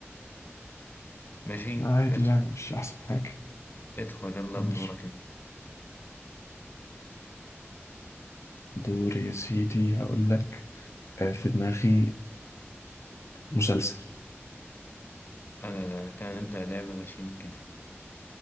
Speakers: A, on the left; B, on the left.
A: ماشي
B: عادي
A: ادخل
B: يعني مش أحسن حاجة
A: ادخل يلا
B: مش
A: بدورك انت
B: دور يا سيدي هقول لك آه، في دماغي مسلسل
A: انا أنا كان نبدأ لعب غشيم كده